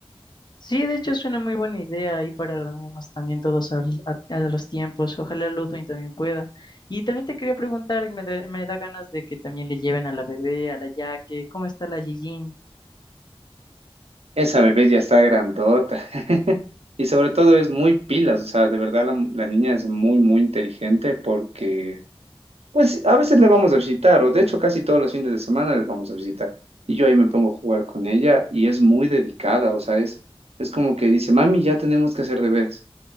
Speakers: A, on the left; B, on the right.
A: Sí, de hecho es una muy buena idea ahí para reunirnos también todos al- a, a los tiempos. Ojalá Ludwig también pueda. Y también te quería preguntar, me da, me da ganas de que también le lleven a la bebé, a la Yaque, ¿cómo está la Gigin?
B: Esa bebé ya está grandota. <laughs> Y sobre todo es muy pilas, o sea, de verdad la, la niña es muy, muy inteligente porque, pues, a veces le vamos a visitar, o de hecho casi todos los fines de semana les vamos a visitar. Y yo ahí me pongo a jugar con ella y es muy dedicada, o sea, es, es como que dice, mami, ya tenemos que hacer deberes.